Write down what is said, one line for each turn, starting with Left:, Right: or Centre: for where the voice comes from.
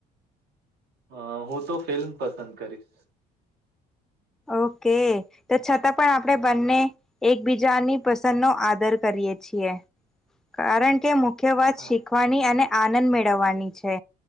Right: હ હું તો ફિલ્મ પસંદ કરીશ.
Centre: ઓકે તો છતાં પણ આપણે બંને એકબીજાની પસંદ નો આદર કરીએ. છીએ કારણ કે મુખ્ય વાત
Right: હા
Centre: શીખવાની અને આનંદ મેળવવાની છે.